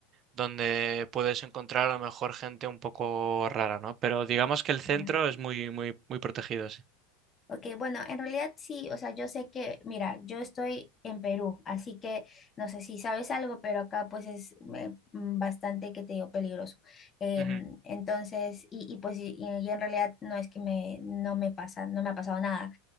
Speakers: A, on the right; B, on the left.
A: donde puedes encontrar a lo mejor gente un poco rara, ¿no? Pero digamos que el centro
B: Ya.
A: es muy, muy, muy protegido, sí.
B: Ok, bueno, en realidad sí, o sea, yo sé que, mira, yo estoy en Perú, así que no sé si sabes algo, pero acá pues es eh, mm, bastante, que te digo, peligroso. Em,
A: Ujú,
B: entonces, y, y pues y, y en realidad no es que me, no me pasa, no me ha pasado nada,